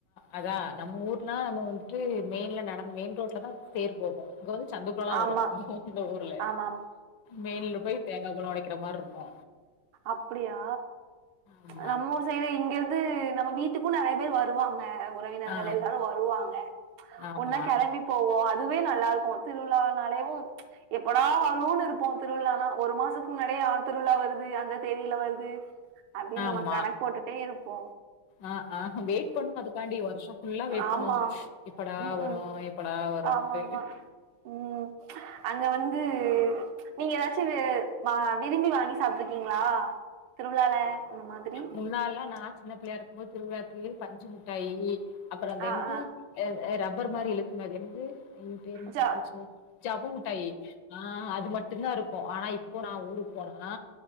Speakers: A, on the left; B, on the right.
A: அதா நம்ம ஊர்னா நம்ம வந்துட்டு மெயின்ல நடந்து மெய்ன் ரோட்ல தா தேர் போகு இங்க வந்து சந்துக்குலலா
B: ஆமா
A: வரு இந்த ஊர்ல
B: ஆமா ஆமா
A: மெய்ன்ல போய் தேங்கா பழ ஒடக்கிற மார் இரு க்கு
B: அப்டியா
A: ஆமா.
B: நம்ம ஊர் சைடு இங்க இருந் து நம்ம வீட்டுக்கு நெறைய பேர் வருவாங்க உறவினர்கள்
A: ஆ
B: எல்லாரு வருவாங்க
A: ஆமா,
B: ஒன்னா கெளம்பி போவோ அதுவே நல்லாருக்கு திருவிழா னாலேவு எப்படா வருனு இருப்போ திருவிழானா ஒரு மாசத்துக்கு முன்னாடியே ஆ திருவிழா வரு து அந்த தேதியில வருது அப்டின்
A: ஆமா.
B: நம்ம கணக்கு போட்டுட்டே இருப்போ
A: ஆ ஆ வெயிட் பண்ணுவோ அதுக்காண்டி வருஷோ ஃபுல்லா வெயிட்
B: ஆமா
A: பண்ணுவோ எப்படா
B: ம்
A: வரு
B: ம்
A: எப்படா வருன்ட்டு
B: ஆமா ஆமா ம் அங்க வந்து நீங்க எதாச்சு நா விரும்பி வாங்கி சாப்ட்ருக்கிங்ளா திருவிழால அந்த மாதிரி
A: முன்னாலலா நா சின்ன பிள்ளயா இருக்கும் போது திருவிழாக்கு பஞ்சுமுட்டாயி அப்றோ அதென்து
B: ஆ ஆ
A: எ எ ரப்பர் மாரி இழுக்குமே அது என்னது ஐயோ பேரு மறந்துபோச்சே
B: ஜ
A: ஜவ்வு முட்டாயி ஆ அது மட்டுந்தா இருக் கு ஆனா இப்போ நா ஊருக் போனா